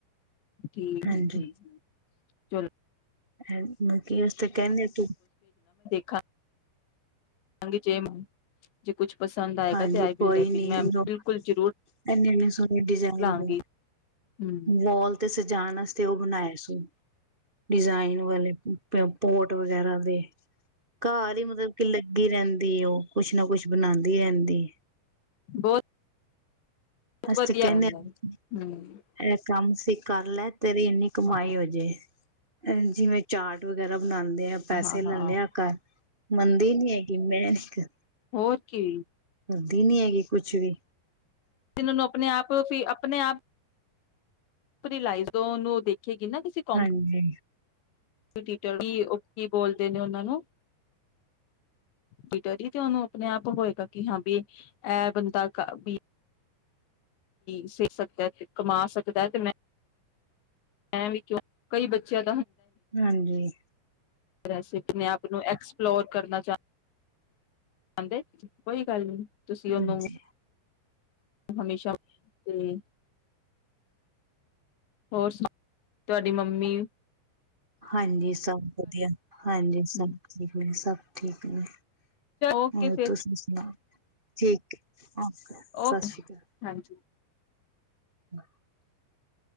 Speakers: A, on the left; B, on the right.
A: ਠੀਕ
B: ਹਾਂਜੀ
A: ਹੂੰ, ਹੂੰ, ਹੂੰ ਚਲੋ,
B: ਹੈ ਮ ਕੀ ਅਸੀਂ ਤੇ ਕਹਿਨਿਆਂ ਤੂੰ
A: ਖਾਂ ਖਾਂਗੀ ਜੇ ਜੇ ਕੁਛ ਪਸੰਦ ਆਏਗਾ
B: ਹਾਂਜੀ
A: ਤੇ ਆਈ ਵਿਲ
B: ਕੋਈ ਨੀ
A: ਮੈਂ
B: ਉਹ
A: ਬਿਲਕੁਲ ਜ਼ਰੂਰ
B: ਇੰਨੇ- ਇੰਨੇ ਸੋਹਣੇ ਡਿਜਾਇਨ
A: ਲਾਂਗੀ
B: ਦੇ
A: ਹਮ
B: ਵਾਲ ਤੇ ਸਜ ਜਾਣ ਵਾਸਤੇ ਉਹ ਬਣਾਏ ਸੋ ਡਿਜ਼ਾਇਨ ਵਾਲੇ ਪੋਟ ਵਗੈਰਾ ਦੇ ਘਰ ਹੀ ਮਤਲਬ ਕਿ ਲੱਗੀ ਰਹਿੰਦੀ, ਉਹ ਕੁਛ ਨਾ ਕੁਛ ਬਣਾਂਦੀ। ਦੀ ਰਹਿੰਦੀ ਐ।
A: ਬਹੁਤ, ਬਹੁਤ
B: ਅਸੀਂ
A: ਵਧੀਆ
B: ਤੇ ਕਹਿਨੇ
A: ਗੱਲ
B: ਆਂ
A: ਹੈ ਹਮ
B: ਐ ਕੰਮ ਤੇ ਕਰਲੈ ਤੇਰੀ ਇੰਨੀ ਕਮਾਈ
A: ਹਾਂ
B: ਹੋਜੇ ਐ ਜਿਵੇਂ ਚਾਟ ਵਗੈਰਾ ਬ ਬਣਾਂਦੇ ਆ
A: ਹਾਂ
B: ਪੈਸੇ
A: ਹਾਂ
B: ਲੈ
A: ਹਾਂ
B: ਲਿਆ ਕਰ। ਮੰਨਦੀ ਨੀ ਹੈਗੀ ਮੈਂ ਕੀ ਕਰਾਂ।
A: ਹੋਰ ਕੀ
B: ਮੰਨਦੀ ਨੀ ਹੈਗੀ ਕੁਛ ਵੀ
A: ਤਿਨ ਨੌ ਆਪਣੇ ਆਪ ਫੀ ਆਪਣੇ ਆਪ ਪੁਤਰੀ ਲਾਈ ਜ਼ੋ ਨੂੰ ਦੇਖ ਕੇ ਕਿ ਨਾ ਤੁਸੀਂ <inaudible>
B: ਹਾਂਜੀ,
A: ਟੀਟਰੀ ਉਹ ਕੀ ਬੋਲਦੇ ਨੇ ਉਹਨਾਂ ਨੂੰ ਟੀਟਰੀ ਜ ਤੇ ਉਹਨੂੰ ਆਪਣੇ ਆਪ ਹੋਏਗਾ ਕਿ ਹਾਂ ਬ ਇਹ ਬੰਦਾ ਕਰ ਵੀ ਸਿੱਖ ਸਕਦਾ ਤੇ ਕਮਾ ਸਕਦਾ ਤੇ ਮੈਂ ਮੈਂ ਵੀ ਕਿਉਂ ਕਈ ਬੱਚਿਆਂ
B: ਹਾਂਜੀ,
A: ਫੇਰ ਅਸੀਂ ਆਪਣੇ ਆਪ ਨੂੰ ਐਕਸਪਲੋਰ ਕਰਨਾ ਚਾਂਦੇ ਚਾਂਦੇ ਕੋਈ ਗੱਲ ਨਹੀਂ ਤੁਸੀਂ ਉਹਨੂੰ
B: ਹਾਂਜੀ।
A: ਹਮੇਸ਼ਾ ਤੇ ਹੋਰ ਸੁ ਤੁਹਾਡੀ ਮੰਮੀ
B: ਹਾਂਜੀ ਸਭ ਵਧੀਆ ਹਾਂਜੀ
A: ਤੁਹਾਡੀ
B: ਸਭ ਠੀਕ ਨੇ ਸਭ ਠੀਕ ਨੇ
A: ਓਕੇ
B: ਹੋਰ
A: ਫਿਰ
B: ਤੁਸੀ ਵੀ ਸੁਣਾ ਠੀਕ ਅਓ ਸਤਿ
A: ਓਕੇ
B: ਸ਼੍ਰੀ ਅਕਾਲ
A: ਹਾਂਜੀ
B: <unintelligible>